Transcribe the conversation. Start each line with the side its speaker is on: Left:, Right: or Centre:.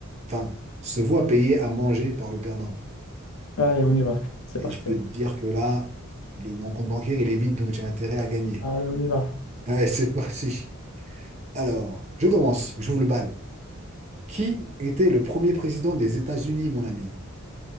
Right: enfin, se voit payer à manger par le perdant.
Left: Allez, on y va. C'est
Right: Et
Left: parti.
Right: je peux te dire que là, le, mon compte bancaire, il est vide, donc j'ai intérêt à gagner.
Left: Allez, on y va.
Right: Allez, <laughs> c'est parti. Alors, je commence, j'ouvre le bal. Qui était le premier président des États-Unis, mon ami?